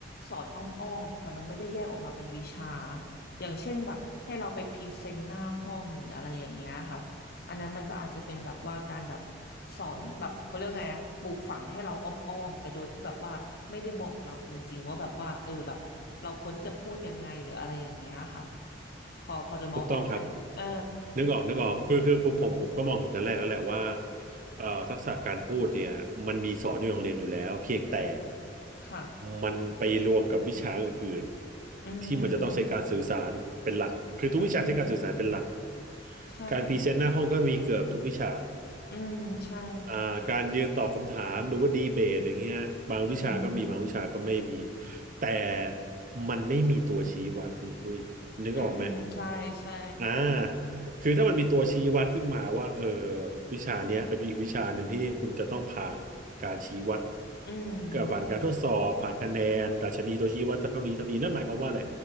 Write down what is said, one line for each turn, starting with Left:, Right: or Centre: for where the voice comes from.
Left: สอนอ้อมๆ แต่มันไม่ได้แยกออกมาเป็นวิชาอย่างเช่นแบบให้เราไปพรีเซนต์หน้าห้องหรืออะไรอย่างเงี้ยค่ะอันนั้นมันก็อาจจะเป็นแบบว่าการแบบสอนแบบเขาเรียกไงอะปลูกฝังให้เราอ้อมๆ แต่โดยที่แบบว่าไม่ได้บอกเราจริงๆ ว่าแบบว่าเออแบบเราควรที่จะพูดยังไงหรืออะไรอย่างเงี้ยค่ะพอพอจะมองออกไหมเออ
Right: ถูกต้องครับนึกออกนึกออกคือคือผมผมผมก็มองเห็นแต่แรกแล้วแหละว่าเอ่อทักษะการพูดเนี่ยมันมีสอนอยู่ในโรงเรียนอยู่แล้วเพียงแต่
Left: ค่ะ
Right: มันไปรวมกับวิชาอื่นๆที่มันจะต้องใช้การสื่อสารเป็นหลักคือทุกวิชาใช้การสื่อสารเป็นหลัก
Left: อืม อืมใช่ค่ะ
Right: การพรีเซนต์หน้าห้องก็มีเกือบทุกวิชา
Left: อืมใช่
Right: อ่าการยืนตอบคำถามหรือว่าดีเบตอย่างเงี้ยบางวิชาก็มีบางวิชาก็ไม่มี
Left: อืม
Right: แต่มันไม่มีตัวชี้วัดคุณอุ้ยนึกออกไหม
Left: อืมใช่ใช่
Right: อ่าคือถ้ามันมีตัวชี้วัดขึ้นมาว่าเออวิชาเนี้ยเป็นอีกวิชาหนึ่งที่คุณจะต้องผ่านการชี้วัด
Left: อืม
Right: กับผ่านการทดสอบผ่านคะแนนดัชนีตัวชี้วัดเท่านี้เท่านี้นั่นหมายความว่าอะไร